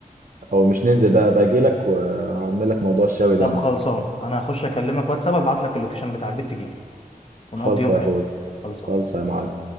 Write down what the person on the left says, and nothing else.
طب
خلصان انا هخش اكلمك واتساب ابعت لك اللوكيشن بتاع البيت تجيلي ونقضي
يوم
حلو
خلصان